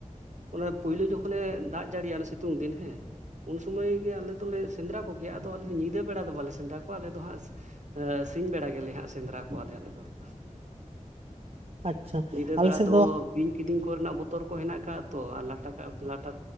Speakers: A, on the right (about 65°); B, on the right (about 50°).
A: ᱚᱱᱮ ᱯᱳᱭᱞᱳ ᱡᱚᱠᱷᱚᱱᱮ ᱫᱟᱜ ᱡᱟᱹᱲᱤᱭᱟ ᱥᱤᱛᱩᱝ ᱫᱤᱱ ᱦᱮᱸ ᱾ ᱩᱱ ᱥᱚᱢᱚᱭ ᱜᱮ ᱟᱞᱮ ᱫᱚᱞᱮ ᱥᱮᱸᱫᱽᱨᱟ ᱠᱚᱜᱮᱭᱟ ᱟᱫᱚ ᱟᱞᱮ ᱫᱚ ᱧᱤᱫᱟᱹ ᱵᱮᱲᱟ ᱫᱚ ᱵᱟᱞᱮ ᱥᱮᱸᱫᱽᱨᱟ ᱠᱚᱣᱟ ᱟᱞᱮ ᱫᱚ ᱦᱟᱸᱜ ᱾ ᱥᱤᱧ ᱵᱮᱲᱟ ᱜᱮᱞᱮ ᱦᱟᱸᱜ ᱥᱮᱸᱫᱽᱨᱟ ᱠᱚᱣᱟ ᱟᱞᱮ ᱟᱞᱮ ᱫᱚ ᱾
B: ᱟᱪᱷᱟ
A: ᱧᱤᱫᱟᱹ
B: ᱟᱞᱮ
A: ᱵᱮᱲᱟ
B: ᱥᱮᱫ ᱾
A: ᱫᱚ ᱵᱤᱧ ᱠᱤᱫᱤᱧ ᱠᱚᱨᱮᱱᱟᱜ ᱵᱚᱛᱚᱨ ᱠᱚ ᱦᱮᱱᱟᱜ ᱟᱠᱟᱫᱼᱟ ᱛᱚ ᱟᱨ ᱞᱟᱴᱟ ᱠᱟᱜ ᱾ ᱞᱟᱴᱟ